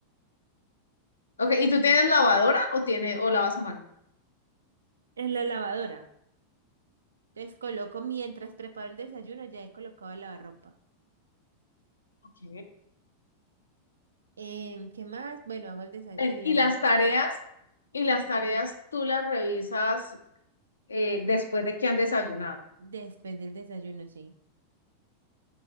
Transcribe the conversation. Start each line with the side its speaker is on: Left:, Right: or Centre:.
Left: Ok, ¿y tú tienes lavadora o tiene o lavas a mano?
Right: En la lavadora. Entonces coloco, mientras preparo el desayuno, ya he colocado la lavarropa
Left: Ok.
Right: Em, ¿qué más? Bueno, hago el desa-
Left: Ven,
Right: el
Left: Y
Right: alm-
Left: las tareas, y las tareas tú las revisas eh, después de que han desayunado.
Right: después del desayuno, sí.